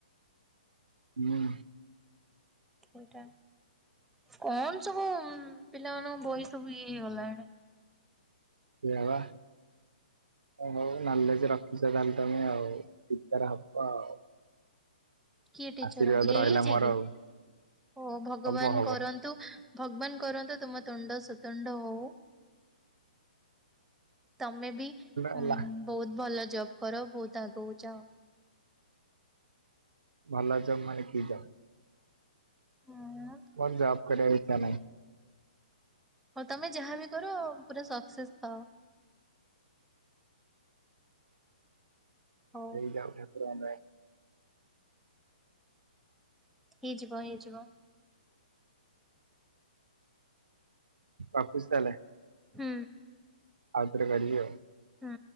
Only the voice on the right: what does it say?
ହୁଁ।
ସେୟା ବା। ହଁ ହଉ ନଲେଜ ରଖିଛ ତାହେଲେ ତମେ ଆଉ ଟିଚର ହବ ଆଉ।
ଆଶୀର୍ବାଦ
ରହିଲା ମୋର
ଆଉ
ହବ ହବ
ହେଲା
ଭଲ ଜବ ମାନେ କି ଜବ?
ମୋର ଜବ କରିବାର ଇଚ୍ଛା ନାହିଁ।
ହେଇ ଯାଉ ଠାକୁର ଙ୍କ ଦୟା।
ରଖୁଚି ତାହେଲେ?
ଆଉ ଥରେ କରିବି ଆଉ।